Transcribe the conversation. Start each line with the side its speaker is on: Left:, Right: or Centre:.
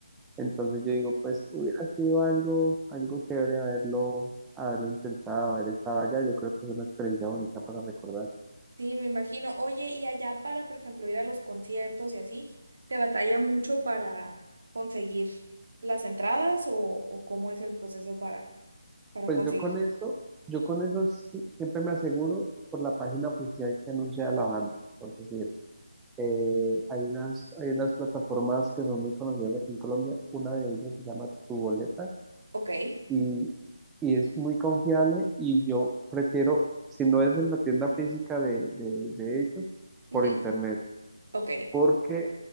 Centre: Entonces yo digo, pues hubiera sido algo, algo chévere haberlo, haberlo intentado, haber estado allá. Yo creo que es una experiencia bonita para recordar.
Right: sí, me imagino, oye, y allá para, por ejemplo, ir a los conciertos y así, ¿te batalla mucho para conseguir las entradas o, o cómo es el proceso para, para
Centre: Pues
Right: conseguir?
Centre: yo con eso, yo con eso sí- siempre me aseguro por la página oficial que anuncia la banda. Por decir, eh, hay unas, hay unas plataformas que son muy conocidas aquí en Colombia. Una de ellas se llama Tu Boleta
Right: Ok,
Centre: y, y es muy confiable y yo prefiero, si no es en la tienda física de, de, de ellos,
Right: ujú,
Centre: por internet.
Right: ok,
Centre: porque